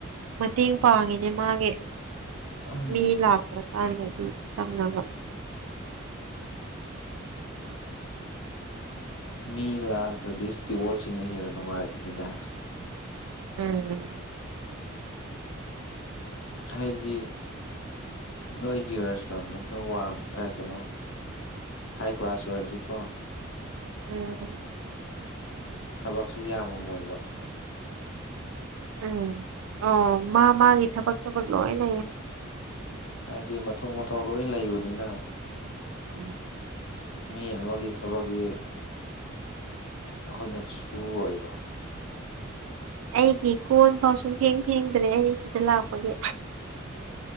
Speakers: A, on the right (about 80°); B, on the left (about 65°).
A: ꯃꯇꯦꯡ ꯄꯥꯡꯉꯤꯅꯦ ꯃꯥꯒꯤ
B: ꯎꯝ
A: ꯃꯤ ꯂꯥꯛꯈ꯭ꯔꯀꯥꯟꯗ ꯑꯗꯨꯝ ꯆꯪꯉꯒ
B: ꯃꯤ ꯂꯥꯛꯇ꯭ꯔꯗꯤ ꯏꯁꯇꯤꯋꯣꯔꯠꯁꯤꯡꯅ ꯍꯦꯟꯅ ꯅꯨꯡꯉꯥꯏꯕꯅꯤꯗ
A: ꯎꯝ
B: ꯍꯥꯏꯗꯤ ꯅꯣꯏꯒꯤ ꯔꯦꯁꯇꯨꯔꯦꯟꯗꯨꯣ ꯈꯔ ꯋꯥꯡ ꯀꯩꯅꯣ ꯍꯥꯏ ꯀ꯭ꯂꯥꯁ ꯑꯣꯏꯔꯗꯤꯀꯣ
A: ꯎꯝ
B: ꯊꯕꯛꯁꯨ ꯌꯥꯝꯃꯝꯃꯣꯏꯕ
A: ꯎꯝ ꯑꯣ ꯃꯥ ꯃꯥꯒꯤ ꯊꯕꯛ ꯊꯕꯛ ꯂꯣꯏ ꯂꯩꯌꯦ
B: ꯍꯥꯏꯗꯤ ꯃꯊꯊꯧ ꯃꯊꯧ ꯂꯣꯏ ꯂꯩꯕꯅꯤꯅ
A: ꯎꯝ
B: ꯃꯤ ꯑꯃꯒꯤ ꯊꯕꯛꯁꯤ ꯑꯩꯈꯣꯏꯅ ꯁꯨꯔꯣꯏꯕ
A: ꯑꯩꯒꯤ ꯀꯣꯟ ꯐꯥꯎ ꯁꯨꯡ ꯐꯦꯡ ꯐꯦꯡꯗ꯭ꯔꯦ ꯑꯩ ꯁꯤꯗ ꯂꯥꯛꯄꯒꯤ